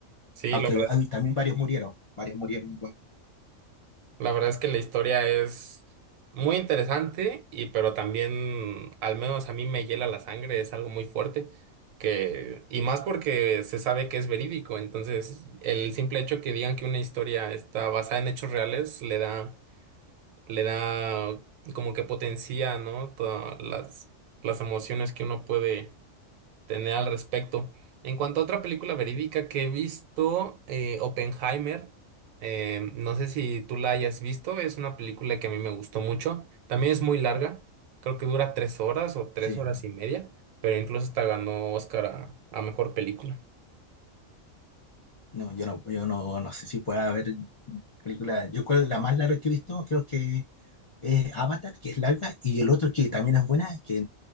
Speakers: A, on the right (about 85°); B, on the left (about 40°).
A: Sí,
B: Aunque
A: lo
B: hay- también varios murieron, varios murieron igual.
A: La verdad es que la historia es muy interesante y pero también, al menos a mí me hiela la sangre, es algo muy fuerte que y más porque se sabe que es verídico, entonces el simple hecho que digan que una historia está basada en hechos reales le da le da como que potencia, ¿no? Todas las las emociones que uno puede tener al respecto. En cuanto a otra película verídica que he visto, eh, Oppenheimer, eh, no sé si tú la hayas visto, es una película que a mí me gustó mucho, también es muy larga, creo que dura tres horas o tres
B: Sí,
A: horas
B: bueno,
A: y media, pero incluso hasta ganó Oscar a, a mejor película.
B: no, yo no, yo no, no sé si pueda haber películas. Yo creo que la más larga que he visto, creo que es Avatar, que es larga, y el otro que también es buena, que